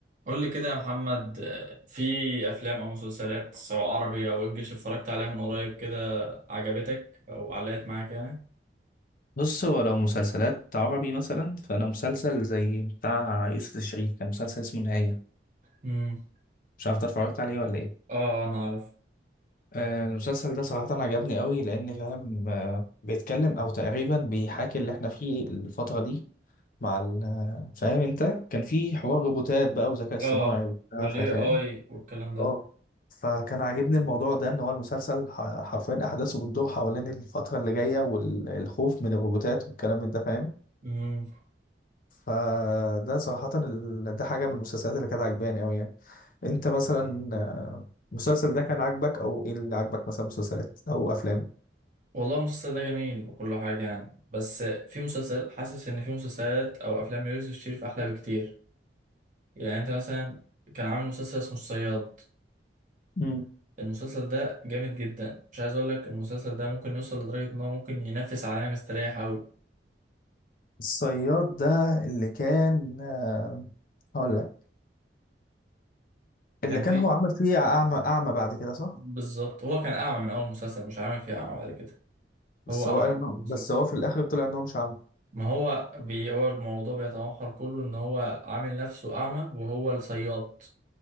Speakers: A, on the right (about 45°); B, on the left (about 50°).
A: قول لي كده يا محمد آه، في افلام او مسلسلات سواء عربي او انجليش اتفرجت عليها من قريب كده عجبتك او علقت معاك يعني
B: بص هو لو مسلسلات عربي مثلا فانا مسلسل زي بتاع يوسف الشريف كان مسلسل اسمه النهاية
A: امم
B: مش عارف إنت اتفرجت عليه ولا ايه
A: اه انا عارف
B: آه، المسلسل ده صراحة عجبني قوي لأن فاهم آه، بيتكلم أو تقريبا بيحاكي اللي احنا فيه الفترة دي مع ال- آه، فاهم انت كان في حوار روبوتات بقى وذكاء اصطناعي
A: اه
B: وبتاع
A: والاي
B: فاهم
A: اي والكلام ده
B: اه فكان عاجبني الموضوع ده ان هو المسلسل ح- حرفيا احداثه بتدور حوالين الفترة اللي جاية والخوف من الروبوتات والكلام من ده فاهم
A: امم
B: فده صراحة ال... ده حاجة من المسلسلات اللي كانت عجباني أوي يعني أنت مثلا آه، المسلسل ده كان عاجبك أو إيه اللي عاجبك مثلا مسلسلات أو أفلام؟
A: والله المسلسل ده جميل وكل حاجه يعني بس في مسلسل حاسس ان في مسلسلات او افلام ليوسف الشريف احلى بكتير يعني انت مثلا كان عامل مسلسل اسمه الصياد
B: امم
A: المسلسل ده جامد جدا مش عايز اقول لك المسلسل ده ممكن يوصل لدرجه ان هو ممكن ينافس عالمي مستريح قوي
B: الصياد ده اللي كان آه، هقول لك اللي
A: كان
B: كان
A: في
B: هو عمل فيه أعمى أعمى بعد كده صح؟
A: بالظبط هو كان أعمى من أول مسلسل مش عامل فيها أعمى بعد كده
B: بس
A: هو أعمى
B: هو قال إنه
A: من أول مسلسل
B: بس هو في الآخر طلع إن هو مش أعمى
A: ما هو بي هو الموضوع بيتمحور كله إن هو عامل نفسه أعمى وهو الصياد